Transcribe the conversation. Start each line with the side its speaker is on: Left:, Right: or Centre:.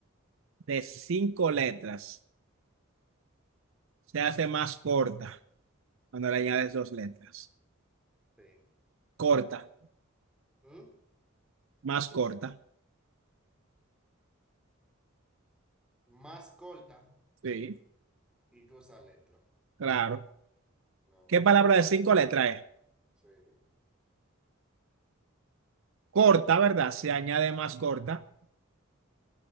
Right: de cinco letras se hace más corta cuando le añades dos letras?
Centre: Sí.
Right: Corta.
Centre: ¿Mm?
Right: Más corta,
Centre: Más corta
Right: sí,
Centre: y tú esa letra.
Right: claro.
Centre: No,
Right: ¿Qué palabra de cinco letras es?
Centre: sí.
Right: Corta, ¿verdad? Se añade más corta.